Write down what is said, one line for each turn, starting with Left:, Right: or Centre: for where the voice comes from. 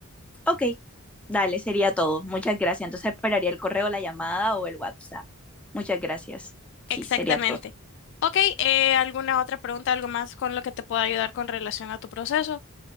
Centre: Ok, dale, sería todo. Muchas gracias. Entonces esperaría el correo, la llamada o el WhatsApp. Muchas gracias. Sí,
Left: Exactamente.
Centre: sería todo.
Left: Ok, eh, ¿alguna otra pregunta, algo más con lo que te pueda ayudar con relación a tu proceso?